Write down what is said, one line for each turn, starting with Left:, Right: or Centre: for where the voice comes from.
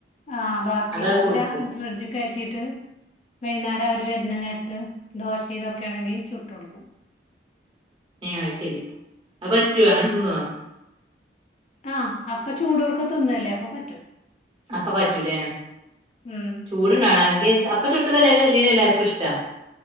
Left: ആ ബാക്കി
Right: അതാ
Left: അത്
Right: കൊടുക്കും
Left: ഫ്രിഡ്ജ് കയറ്റീട്ട് വൈകുന്നേരം അവർ വരുന്ന നേരത്ത് ദോശ ഇ്തൊക്കെ ആണെങ്കിൽ ചുട്ട് കൊടുക്കും
Right: ഏ അത് ശെരി അത് പറ്റോ അത് തിന്നോ
Left: ആ അപ്പൊ ചൂടൊട്ക്കെ തിന്നല്ലേ അപ്പൊ പറ്റും
Right: അപ്പം പറ്റൂലേ
Left: ഉം
Right: ചൂടാണ്ടാവണം അല്ലങ്കിൽ അപ്പം ചു <unintelligible> എല്ലാവർക്കും ഇഷ്ട്ടാ